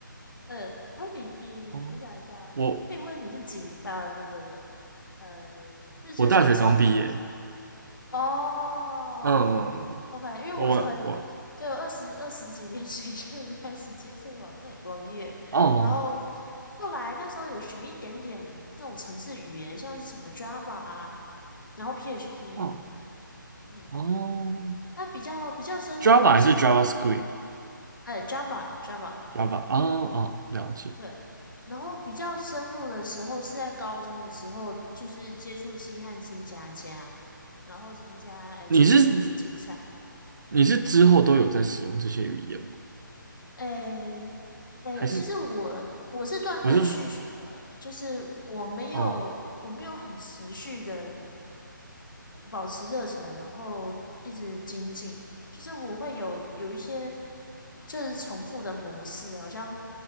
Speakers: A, on the left (about 70°); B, on the right (about 60°).
A: 呃，可以你你，
B: 哦，
A: 我想一下，
B: 我
A: 可以问你是几？啊，不不不，呃，就就小时候
B: 我大学刚毕业，
A: 哦，OK，
B: 嗯，嗯嗯
A: 因为我是很，
B: 我我
A: 对，二十二十几年前就有开始接触网页网，
B: 哦
A: 然后后来那时候有学一点点这种程式语言，像是什么 Java 啊，然后 PHP，
B: 哦
A: 嗯，
B: 哦
A: 它比较比较深入的是，
B: ，Java 还是 JavaScript？Java
A: 呃，Java Java。
B: 啊哦，哦了解。
A: 对，然后比较深入的时候是在高中的时候，就是接触西汉、新加加，然后参加诶资讯能力竞赛。
B: 你是你是之后都有在使用这些语言吗？
A: 诶诶，
B: 还是
A: 其实我我是断断续续的，
B: 我是说
A: 就是我没有我没有很持续的
B: 哦
A: 保持热忱，然后一直精进。就是我会有有一些就是重复的模式，好像